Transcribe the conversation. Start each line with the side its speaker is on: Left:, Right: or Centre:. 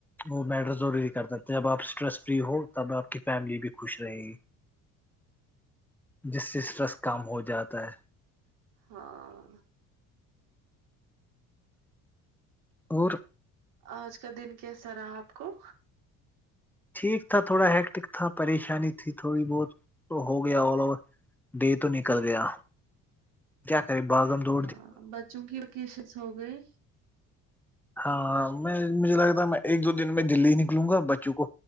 Centre: وہ میٹر ضروری کرتا تھے جب آپ اسٹریس فری ہو تب آپ کی فیملی بھی خوش رہے گی جس سے اسٹرس کام ہو جاتا ہے
Right: ہاں
Centre: اور
Right: آج کا دن کیسا رہا آپ کو
Centre: ٹھیک تھا تھوڑا ہییکٹک تھا پریشانی تھی تھوڑی بہت تو ہو گیا آوور د تو نکل گیا کیا کرے باغم دو
Right: ہاں بچوں کی وکیشنس ہو گئی
Centre: ہاں میں مجھے لگتا میں ایک دو دن میں دلی ہی نکلوں گا بچوں کو